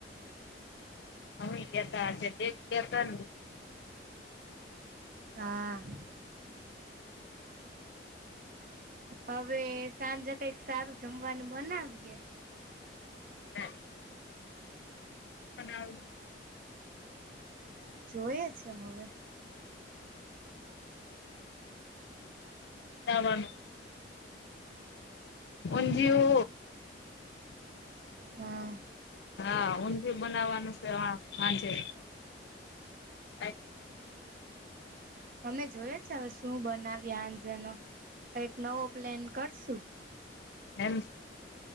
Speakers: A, on the left; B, on the right.
A: હ અમે ગતા આજે ગતા ને
B: હા હવે સાંજે કઈક સારું જમવાનું બનાવીએ
A: હમ. બ આવી.
B: જોઈ છે હવે.
A: નાવાનું અજઓ
B: હમ
A: હા ઊંધિયું બનાવવાનું છે હાજે <unintelligible>
B: અમે જોયે છે હવે શું બનાવી હાજનો કઈ નવો પ્લેન કરશું
A: એમ